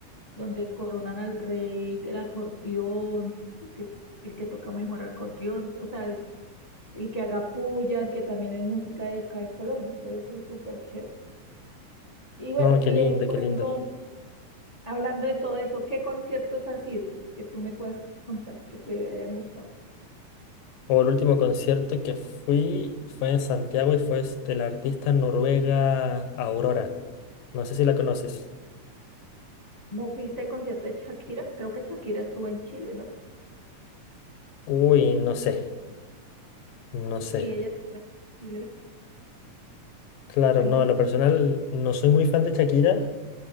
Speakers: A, on the left; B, on the left.
A: donde coronan al rey del acordeón, que es el que toca mejor acordeón, o sea, es el que haga pullas, que también es música de acá de Colombia, entonces es súper chévere. Y bueno,
B: No,
A: y
B: qué lindo,
A: eh, por
B: qué lindo.
A: ejemplo, Sí. hablando de todo eso, ¿qué conciertos has ido que tú me puedas contar que te hayan gustado?
B: O el último concierto que fui fue en Santiago y fue s- de la artista noruega Aurora. No sé si la conoces.
A: ¿No fuiste al concierto de Shakira? Creo que Shakira estuvo en Chile, ¿no?
B: Uy, no sé, no sé.
A: Sí, ella estuvo en Chile,
B: Claro,
A: pero
B: no,
A: bueno.
B: en lo personal no soy muy fan de Shakira.